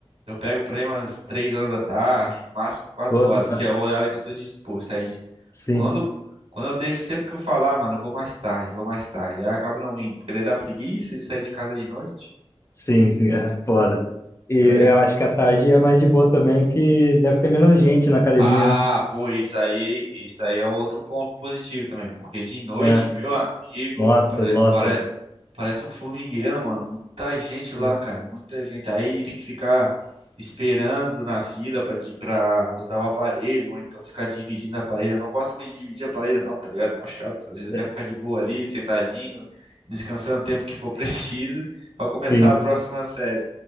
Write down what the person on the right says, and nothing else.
Eu pego pra ir umas 3 horas da tarde, no máximo quatro
horas,
que é o horário que eu tô disposto. Aí
quando, quando eu deixo, sempre que eu falar, mano, eu vou mais tarde, eu vou mais tarde. Aí eu acabo não indo, porque daí dá preguiça de sair de casa de noite.
É.
Ah,
pô, isso aí, isso aí é outro ponto positivo também, porque de noite,
meu amigo,
pare,
pare- parece um formigueiro, mano. Muita gente lá,
cara, muita gente. Aí tem que ficar esperando na fila pra, di- pra usar o aparelho, ou então ficar dividindo o aparelho. Eu não gosto muito de dividir aparelho, não, tá ligado? Mó chato. Às vezes eu quero
ficar de boa ali, sentadinho, descansando o tempo que for <laughs> preciso, pra começar
a próxima série.